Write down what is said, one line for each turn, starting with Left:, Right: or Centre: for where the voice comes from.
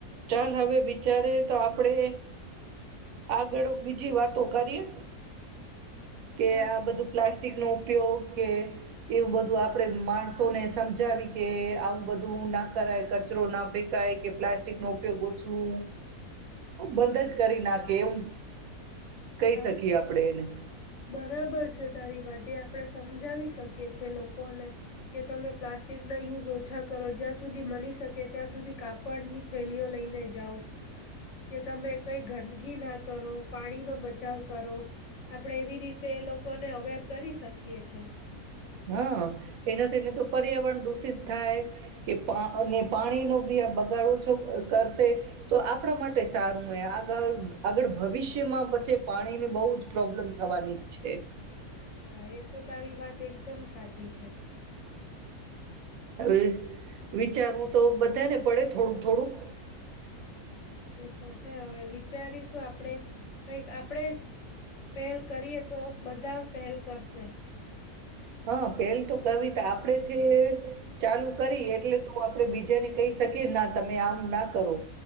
Right: ચાલ હવે વિચારે તો આપડે આગળ બીજી વાતો કરીએ. કે
Left: હા.
Right: આ બધું પ્લાસ્ટિક નો ઉપયોગ કે એવું બધું આપડે માણસોને સમજ મજાવી કે આવું બધું ના કરાય, કચરો ના ફેંકાય કે પ્લાસ્ટિક નો ઉપયોગ ઓછું બંધ જ કરી નાખે એવું કહી
Left: હા
Right: શકીએ આપણે એને
Left: બરાબર છે તારી વાતે આપ આપણે સમજાવી શકીએ છે લોકોને કે તમે પ્લાસ્ટિક ના યુઝ ઓછા કરો જ્યાં સુધી બની શકે ત્યાં સુધી કાપડની થેલીઓ લઈને જાઓ કે તમે કઈ ગંદગી ના કરો, પાણીનો બચ બચાવ કરો. આપડે એવી રીતે લોક લોકોને અવેર કરી શકીએ છે.
Right: હા એના થઈને તો પર્યાવરણ દૂષિત થાય કે પા અને પાણીનો બી આ બગાડ ઓછો ક કરશે તો આપણા માટે સારું એ. આગળ આગળ ભવિષ્યમાં પછી પાણીની બહુ જ પ્રોબ્લેમ થવાની છે.
Left: હા એ તો તારી વાત તે એકદમ સાચી છે.
Right: હવે વિચારવું તો બધાને પડે થોડુંક થોડુંક.
Left: તો છે હવે વિચારીશું આપણેે કઈક આપણેે જ પહેલ કરીએ તો બધા પહેલ કરશે.
Right: હા પેલ તો. કવિતા આપડે થી ચાલુ કરી એટલે તો આપે બીજ બીજાને કહી શકીએ ના તમે આમ ના કરો.